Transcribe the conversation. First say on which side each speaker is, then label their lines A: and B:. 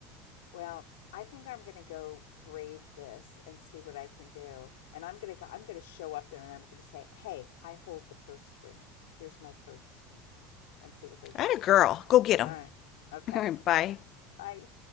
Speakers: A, on the left; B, on the left.
A: Well, I think I'm gonna go brave this and see what I can do. And I'm gonna go, I'm gonna show up there and I'm gonna say, "Hey, I hold the purse strings. Here's my purse," and see what they do.
B: I had a girl. Go get
A: All
B: him.
A: right. Okay.
B: <laughs> Bye.
A: Bye.